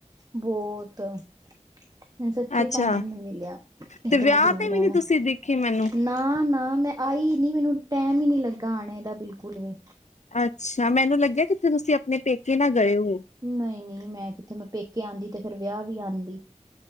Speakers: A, on the right; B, on the left.
A: ਬੋਤ ਮੈਨੂੰ ਸੱਚੀ
B: ਅੱਛਾ।
A: ਟਾਈਮ ਨਹੀਂ ਮਿਲਿਆ, ਨਹੀਂ
B: ਤੇ
A: ਤਾਂ
B: ਵਿਆਹ
A: ਮੈਂ ਜ਼ਰੂਰ
B: ਤੇ ਵੀ ਨੀ
A: ਆਣਾ
B: ਤੁਸੀਂ ਦੇਖੇ ਮੈਨੂੰ
A: ਨਾ- ਨਾ ਮੈਂ। ਆਈ ਨਈ, ਮੈਨੂੰ ਟਾਈਮ ਈ ਨਈ ਲੱਗਾ ਆਣੇ ਦਾ ਬਿਲਕੁਲ ਵੀ,
B: ਅੱਛਾ, ਮੈਨੂੰ ਲੱਗੇਆ ਕਿੱਤੇ ਤੁਸੀਂ ਆਪਣੇ ਪੇਕੇ ਨਾ ਗਏ ਹੋ।
A: ਨਹੀਂ -ਨਹੀਂ ਮੈਂ ਕਿੱਥੇ ਮੈਂ ਪੇਕੇ ਆਂਦੀ ਤੇ ਫੇਰ ਵਿਆਹ ਵੀ ਆਂਦੀ।